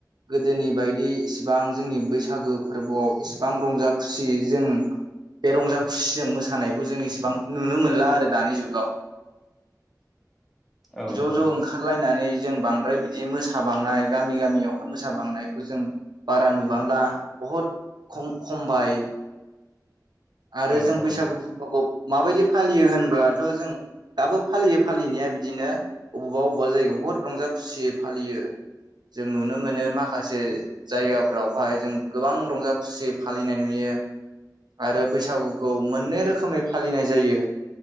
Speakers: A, on the right (about 80°); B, in the centre.
A: गोदोनि बायदि बां जोंनि बैसागो फोरबोआव इसिबां रंजा खुसि जों बे रंजा खुसिजों मोसानायखौ जों इसिबां नुनो मोनला आरो दानि जुगाव।
B: औ
A: ज'
B: औ
A: ज' ओंखारलायनानै जों बांद्राय बिदि मोसा बांनाय गामि गामियाव अहा मोसा बांनायखौ जों बारा नुबांला। बहुत खम खमबाय। आरो
B: औ
A: जों बैसागु फोरबोखौ माबायदि फालियो होनब ब्ला थ' जों दाबो फालियो फालिनाया बिदिनो अबावबा अबावबा जायगायाव बहुत रंजा खुसियै फालियो जों नुनो मोनो माखासे जायगा फोरावहाय जों गोबां रंजा खुसियै फालिनाय नुयो । आरो बैसागुखौ मोननै रोखोमै फालिनाय जायो